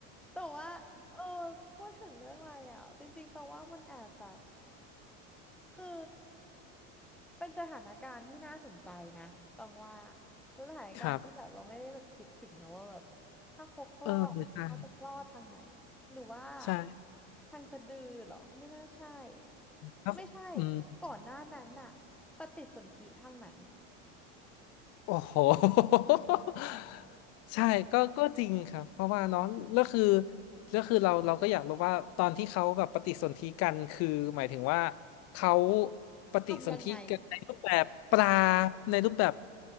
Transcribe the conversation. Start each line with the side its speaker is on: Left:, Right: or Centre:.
Centre: แต่ว่าเออพูดถึงเรื่องอะไรอ่ะจริงๆตองว่ามันแอบแบบคือเป็นสถานการณ์ที่น่าสนใจนะตองว่าแล้วสถานการณ์ที่แบบเราไม่ได้แบบคิดถึงนะว่าแบบ
Left: ครับ
Centre: ถ้าเขาคลอดอะเขาจะคลอดทางไหน
Left: เออใช่
Centre: หรือว่า
Left: ใช่
Centre: ทางสะดือเหรอก็ไม่น่าใช่
Left: แล้วอืม
Centre: ไม่ใช่ก่อนหน้านั้นน่ะปฏิสนธิทางไหน
Left: โอ้โห <laughs> ใช่ก็ก็จริงครับเพราะว่าน้องแล้วคือแล้วคือเราเราก็อยากรู้ว่าตอนที่เขาแบบปฏิสนธิกันคือหมายถึงว่าเขาปฏิสนธิกันในรูปแบบปลา
Centre: ทำยังไง
Left: ในรูปแบบ